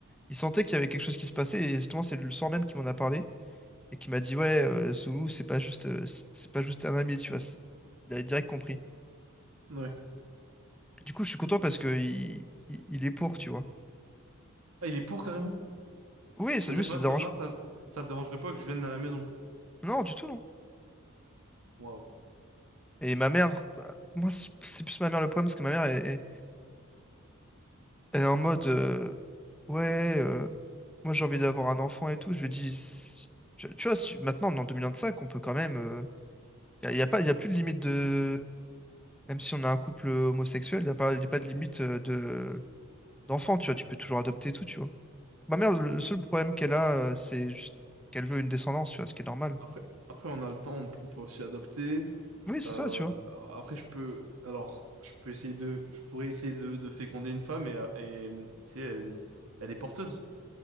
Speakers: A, in the centre; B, on the right (about 85°).
A: il sentait qu'il y avait quelque chose qui se passait. Et justement, c'est le soir même qu'il m'en a parlé. et qui m'a dit ouais euh, Zoulou c'est pas juste euh, c'est c'est pas juste un ami tu vois c'est- il a direct compris
B: Ouais.
A: du coup je suis
B: Ça-
A: content
B: euh,
A: parce que il, il, il est pour tu vois
B: Ah, il est pour carrément.
A: oui ça
B: C'est-à-dire
A: lui ça
B: que là,
A: le
B: ça,
A: dérange
B: là, ça, ça le dérangerait pas que je vienne à la maison.
A: non du tout non
B: Waouh.
A: et ma mère bah, moi c'est c'est plus ma mère le problème parce que ma mère est- elle, est en mode euh, ouais euh, moi j'ai envie d'avoir un enfant et tout je lui dis C'est- tu, tu vois si- maintenant on est en cinq on peut quand même il y, a y a pas il y a plus de limite de même si on a un couple homosexuel il n'y a pas y a pas de limite euh, de d'enfant tu vois tu peux toujours adopter et tout tu vois Ma mère, le
B: Mhm.
A: le seul problème qu'elle a, euh, c'est juste qu'elle veut une descendance, tu vois, ce qui est normal.
B: Après, après, on a le temps, on, on peut aussi adopter.
A: Oui, c'est
B: Euh,
A: ça, tu vois.
B: après, je peux, alors, je peux essayer de, je pourrais essayer de, de féconder une femme et, euh, et tu sais, elle, elle est porteuse.